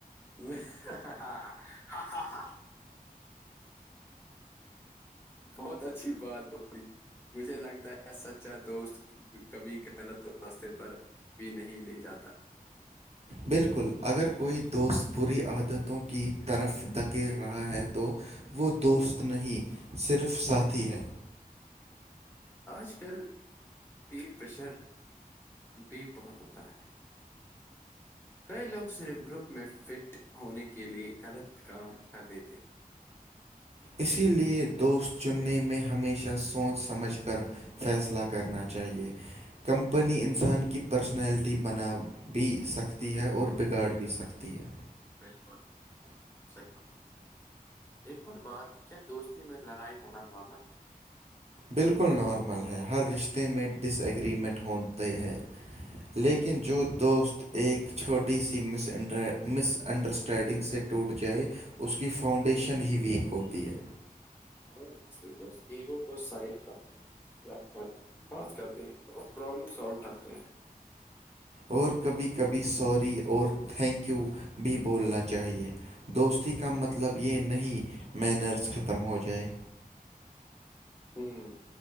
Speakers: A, on the left (about 15°); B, on the right (about 45°).
A: <unintelligible> بہت اچھی بات بی مجھے لگتا ہے سچا دوست کبھی غلط راستے پر بھی نہیں لے جاتا
B: بالکل اگر کوئی دوست بری عادتوں کی طرف دھکی رہا ہے تو وہ دوست نہیں صرف ساتھی ہے
A: آج کل پیر پریشر بھی بہت ہوتا ہے کئی لوگ صرف گروپ میں فٹ ہونے کے لیے غلط کام کر دیتے
B: اسی لیے دوست چننے میں ہمیشہ سوچ سمجھ کر فیصلہ کرنا چاہیے کمپنی انسان کی پرسنلٹی بنا بھی سکتی ہے اور بگاڑ بھی سکتی ہے
A: بالکل بالکل بالکل صحیح بات ہے ایک اور بات کیا دوستی میں لڑائی ہونا نارمل ہے
B: بالکل نارمل ہے ہر رشتے میں ڈس ایگریمنٹ ہوتے ہے لیکن جو دوست ایک چھوٹی سی مس مس انڈرسٹینڈنگ سے ٹوٹ جائے اس کی فاؤنڈیشن ہی ویک ہوتی ہے
A: ہاں ایگو کو سائیڈ رکھ کے رکھ کر بات کرتے ہیں اور پرابلم سالو کرتے ہیں
B: اور کبھی کبھی سوری اور تھینکیو بھی بولنا چاہیے دوستی کا مطلب یہ نہیں مینرز ختم ہو جائے
A: ہمم